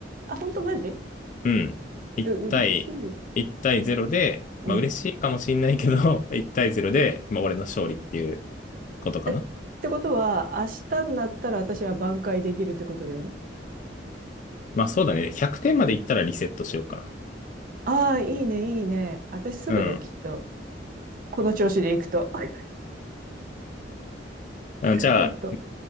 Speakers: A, on the right; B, on the left.
A: あ、本当マジ
B: うん。1対、
A: う、嬉しい。
B: 1対0で、
A: うん。
B: まあ嬉しいかもしんないけど、<laughs> 1対0で、まあ俺の勝利っていうことかな。
A: え、ってことは、明日になったら私は挽回できるってことだよね。
B: まあそうだね。100点までいったらリセットしようか
A: ああ、いいね、いいね。私すぐだよ、
B: な。うん。
A: きっと。この調子でいくと。<laughs>
B: あじゃあ、
A: 本当。